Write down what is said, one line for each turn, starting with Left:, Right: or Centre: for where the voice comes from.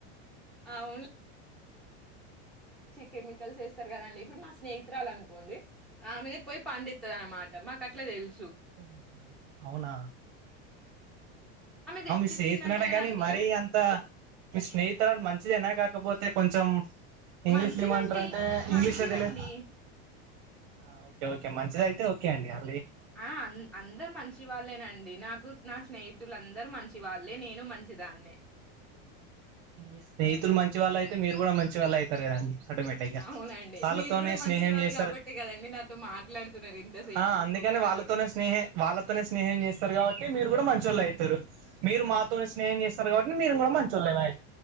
Centre: అవును <inaudible> కెమికల్స్ వేస్తారు కదండి ఇప్పుడు మా స్నేహితురాలు అనుకోండి ఆమెనే పోయి పండిత్తది అన్నమాట మాకట్ ట్ల తెల్
Right: ఓహో అవునా
Centre: తెచ్చిచ్చిందంట
Right: ఆమె సేహితురాలే
Centre: కదండి
Right: గాని మరీ అంత మీ స్నేహితురాలు మంచిదేనా కాకపోతే కొంచెం ఇంగ్లీష్
Centre: మంచిదండి
Right: లో ఏమో అంటారు అంటే
Centre: మంచిదండి
Right: ఇంగ్లీష్ లో తెలు ఆ ఓకే ఓకే కే మంచిది అయితే ఓకే అండి ఆ
Centre: ఆ అన్ అందరు మంచి వాళ్ళేనండి నాకు నా స్నేహితులు అందరూ మంచి పళ్ళే నేను మంచిదాన్నే
Right: మీ స్నేహితులు మంచి వాళ్ళు అయితే మీరు కూడా మంచి వాళ్ళు అయితరు కదండి ఆటోమేటిక్ గా
Centre: అవునండి.
Right: వాళ్ళతోనే
Centre: మీరు గూడా
Right: స్నేహం
Centre: మంచి వాళ్ళు
Right: జెస్తారు
Centre: గాబట్టే గదండీ నాతో మాట్లాడుతున్నారు ఇంతసేపు
Right: ఆ అందుకని
Centre: ఓపికతోటి.
Right: వాళ్ళతోనే స్నేహ వాళ్ళతోనే స్నేహం చేస్తారు కాబట్టి మీరు కూడా మం మంచోళ్ళు అయితరు మీరు మాతోని స్నేహం జెస్ తరు కాబట్టి మీరు కూడా మంచోళ్ళే నై